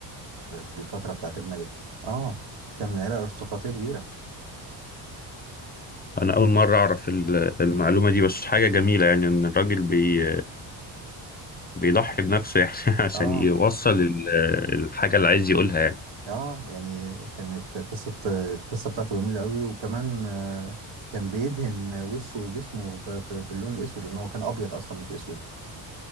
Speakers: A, on the right; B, on the left.
A: في, في الفترة بتاعت الملك اه كان من عيلة ارستقراطية كبيرة
B: انا اول مره اعرف ال- المعلومه دي بس حاجه جميله يعني ان الراجل بي بيضحي بنفسه يعني <laughs> عشان
A: اه
B: يوصل ال- الحاجه اللي عايز يقولها يعني
A: اه يعني كانت قصة القصة بتاعته جميلة قوي وكمان آه، كان بيدهن وشه وجسمه ب- ب- باللون الاسود لان هو كان ابيض اصلا مش اسود